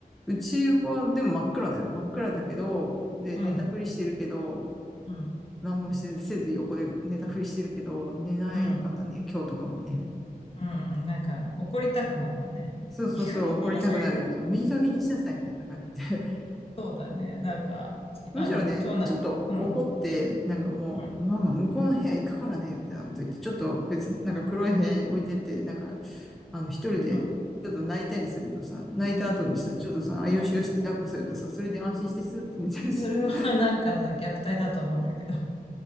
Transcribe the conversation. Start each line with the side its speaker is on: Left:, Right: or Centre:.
Centre: うちはでも真っ暗だよ。真っ暗だけど、で、
Left: うん、
Centre: 寝たふりしてるけど、
Left: うん、
Centre: 何もせず横で寝たふりしてるけど、寝ないかったね、
Left: うん、うん。
Centre: 今日とかもね。
Left: うんなんか、怒りたくなるよね。
Centre: そうそうそう、
Left: いい加減寝なさいみたい
Centre: 怒りたくなるよね。もういい加減にしなさい、
Left: な。そう
Centre: みたいな感じで。<laughs>
Left: そうだね。なんか、
Centre: むしろね、
Left: あの、長男、
Centre: ちょっと怒って、
Left: うん、
Centre: なんかもう、
Left: うん、
Centre: ママ向こうの部屋行くからね、みたいなこと言って、ちょっと別になんか黒い部屋に置いてって、なんか、あの、一人で、
Left: うん、
Centre: ちょっと泣いたりするとさ、泣いた後にさ、ちょっとさ、あよしよして抱っこするとさ、
Left: うん。
Centre: それで安心してスーって寝たりする。
Left: それはなんかさ、
Centre: <laughs>
Left: 虐待だと思うんだけど。